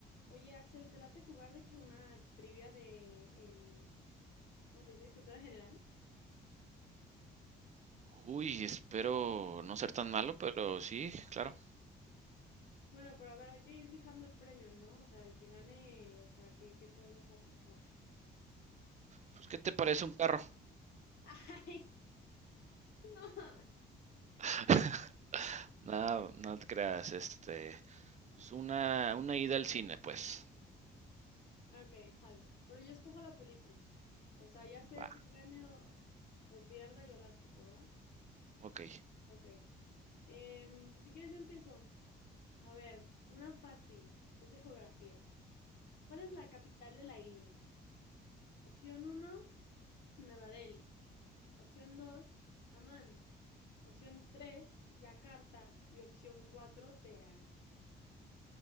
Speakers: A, on the left (about 55°); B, on the right (about 35°).
A: Oye, Axel, ¿te late jugar de que una trivia de, em, ¿cómo se dice? Cultura general.
B: Uy, espero no ser tan malo, pero sí, claro.
A: Bueno, pero a ver, hay que ir fijando el premio, ¿no? O sea, el que gane, o sea, ¿qué, qué podemos apostar? <laughs>
B: Pues, ¿qué te parece un carro?
A: ¡Ay! sí, No.
B: <laughs> Nada, no te creas, este, pues una, una ida al cine, pues.
A: Ok, jalo. Pero yo escojo la película. O sea, ya sea
B: Va,
A: que gane o, o pierda, yo la escojo, ¿va?
B: ok.
A: Ok. Em, pues si quieres, yo empiezo. A ver, una fácil. Es de geografía. ¿Cuál es la capital de la India? Opción uno Nueva Delhi. Opción dos Amán. Opción tres Yakarta. Y opción cuatro Teherán.